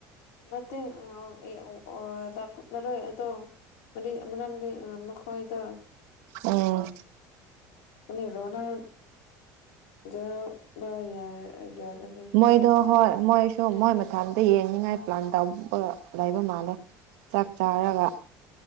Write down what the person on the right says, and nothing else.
ꯎꯝ
ꯃꯣꯏꯗꯣ ꯍꯣꯏ ꯃꯣꯏꯁꯨ ꯃꯣꯏ ꯃꯊꯟꯇ ꯌꯦꯡꯅꯤꯉꯥꯏ ꯄ꯭ꯂꯥꯟ ꯇꯧꯕ ꯂꯩꯕ ꯃꯥꯜꯂꯦ ꯆꯥꯛ ꯆꯥꯔꯒ